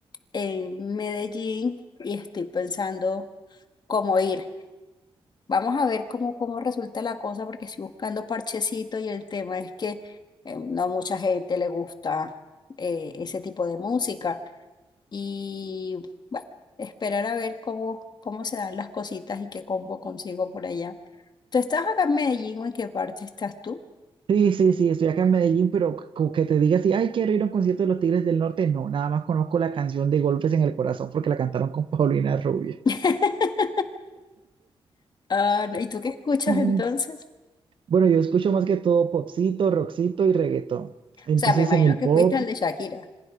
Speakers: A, on the left (about 45°); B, on the right (about 60°).
A: en Medellín y estoy pensando cómo ir. Vamos a ver cómo, cómo resulta la cosa, porque estoy buscando parchecito y el tema es que eh, no a mucha gente le gusta eh, ese tipo de música. Y bueno, esperar a ver cómo, cómo se dan las cositas y qué combo consigo por allá. ¿Tú estás acá en Medellín o en qué parte estás tú?
B: Sí, sí, sí, estoy acá en Medellín, pero como que te diga así, ay, quiero ir a un concierto de los Tigres del Norte, no, nada más conozco la canción de Golpes en el Corazón porque la cantaron con Paulina Rubio.
A: <laughs> Ah, no, ¿y tú qué escuchas
B: <laughs>
A: entonces?
B: Bueno, yo escucho más que todo popcito, rockcito y reggaetón. Entonces,
A: O sea, me imagino
B: en el
A: que
B: pop,
A: fuiste al de Shakira.